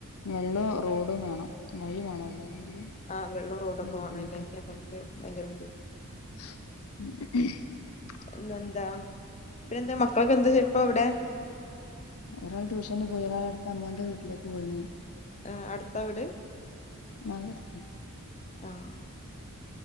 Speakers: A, on the left; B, on the left.
A: വെള്ളവും റോഡും വേണം വൈ വേണ അല്ലെങ്കിൽ
B: ആ വെള്ളോം റോഡൊക്കെ
A: ബുദ്ധിമുട്ടാ
B: വേണം അല്ലെങ്കിൽ അമക്ക് ഭയങ്കര ബുധി
A: ഉം
B: എന്തെന്താ പിന്നെ എന്താ മക്കളക്കെ എന്താ ഇപ്പ എവിടെ
A: ഒരാള് ട്യൂഷന് പോയി ഒരാള് അടുത്ത അമ്മോന്റെ വീട്ടിലേക്ക് പോയിണ്
B: ആ അടുത്ത വീട്
A: ഞങ്ങളുടെ അടുത്ത്
B: ആഹ